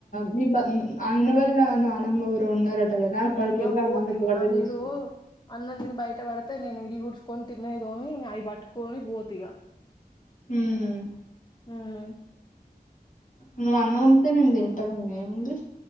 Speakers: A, on the left (about 55°); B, on the left (about 25°).
A: మీ బంద్ ఆహ్. ఆ ఇంట్లో వాళ్ళ నాన్నమ్మ ఎవరో ఉన్నారట. కదా అక్కడికి
B: ఇంకా
A: వెళ్ళి
B: ఆమె పోతే
A: అల్లం ఎర్రగడ్డ
B: ఇంకా మీరు
A: తీసుకో
B: అన్నం తిని బయట పడితే నేను ఇల్లు ఉడ్చుకొని తిన్నవి తోమి. అయి పట్టుకోని బోత ఇగా.
A: ఉమ్.
B: అవునా.
A: నువ్వు అన్నవంటే మేము తింటాం ఇంక ఏముంది.